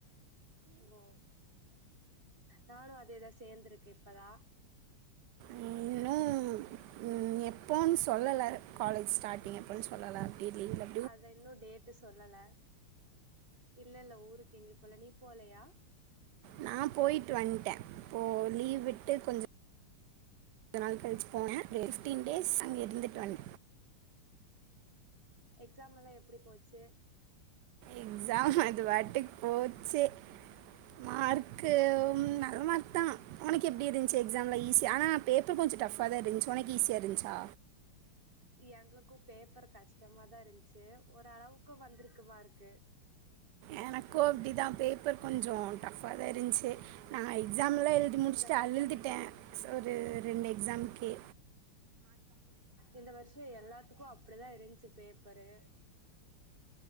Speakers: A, on the right (about 20°); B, on the right (about 80°).
A: ஓ நானு அதேதா சேந்துருக்கு இப்பதா
B: இன்னு ம் எப்போன்னு சொல்லல காலேஜ் ஸ்டார்ட்டிங் எப்போன்னு சொல்லல தெரிலப்
A: அத இன்னு டேட்டு சொல்லல இல்ல இல்ல ஊருக்கு எங்கயு போல நீ போலையா
B: நா போய்டிட்டு வந்துட்டே இப்போ லீவ் விட்டு
A: ம்
B: கொஞ் சோ நாள் கழிச்சி போனே ஒரு ஃபிப்டீன் டேஸ் அங்கே இருந்துட்டு வந்
A: எக்ஸாம் எல்லா எப்டி போச்சு
B: எக்ஸாம் அது வாட்டிக் போச்சு மார்க்கு ஒ நல்ல மார்க் தா ஒனக்கு எப்டி இருந்துச்சு எக்ஸாம்லா ஈஸி ஆனா பேப்பர் கொஞ்சோ டஃபா தா இருந்துச்சு ஒனக்கு ஈஸியா இருந்துச்சா
A: எங்களுக்கு பேப்பர் கஷ்டமா தா இருந்துச்சு ஓரளவுக்கு வந்திருக்கு மார்க்கு
B: எனக்கு அப்டி தா பேப்பர் கொஞ்சோ டஃப்பா தா இருந்துச்சு நா எக்ஸாம்லா எழுதி முடிச்சுட்டு
A: இந்த வருஷ
B: அழுதுட்டே ஒரு ரெண்டு எக்ஸாமக்கே
A: இந்த வருஷோ எல்லாத்துக்கு அப்டிதா இருந்தச்சு பேப்பரு